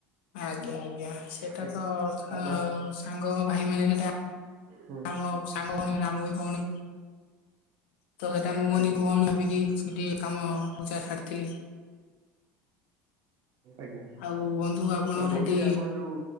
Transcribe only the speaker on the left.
ଆଜ୍ଞା ଆଜ୍ଞା ସେଟା
ତ <unintelligible>
ସାଙ୍ଗଙ୍କ ଭାଇ ମାନେ ସେଟା
ଆମ ସାଙ୍ଗ ଭଉଣୀ ମାନେ ଆମ ବି ଭଉଣୀ ତ ସେଟା ମୁଁ ମନି
ଭଉଣୀ ଭାବିକି ସେଠି କାମ ପୂଜା ଛାଡ଼ିଥିଲି।
ଆଉ ବନ୍ଧୁ ଆପଣ
ସେଠି